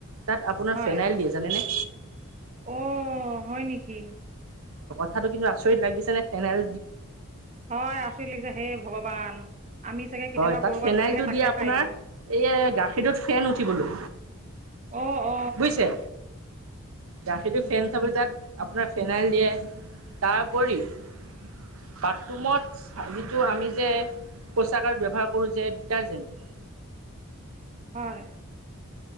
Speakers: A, on the right; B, on the right.
A: তাত আপোনাৰ
B: হয়
A: ফেনাইল দিয়ে জানে নে
B: অ' হয় নেকি
A: কথাটো কিন্তু আচৰিত লাগিছে নে ফেনেল
B: হয় আচৰি লাগিছে সেই ভগৱান আমি চাগে কেতিয়াবা
A: হয় তাত
B: ক'ৰবাত
A: ফেনাইলটো
B: গ'লেহে তাকে
A: দিয়ে আপোনাৰ
B: খাই দিওঁ
A: এই গাখীৰটোত ফেন উঠিবলৈ
B: অ অ
A: বুজিছে? গাখীৰটো ফেন উঠাবলৈ তাত আপোনাৰ ফেনাইল দিয়ে তাৰ উপৰিও বাথৰুমত যিটো আমি যে। ব্যৱহাৰ কৰো যে ডিটাৰজেন্ত
B: হয়